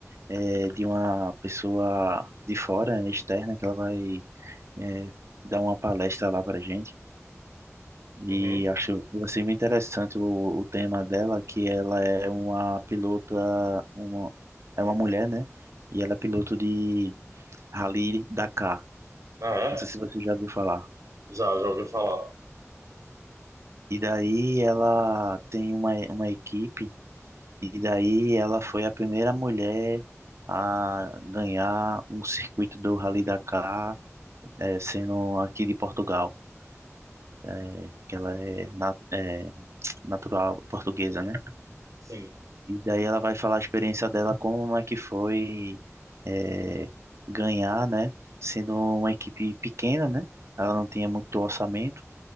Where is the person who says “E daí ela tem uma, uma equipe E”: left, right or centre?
Right